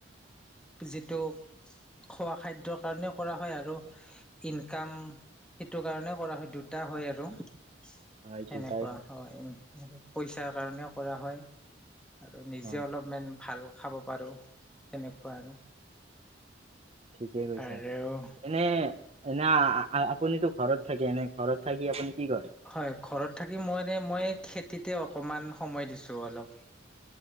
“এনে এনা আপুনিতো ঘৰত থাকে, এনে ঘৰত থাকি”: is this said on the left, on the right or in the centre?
Right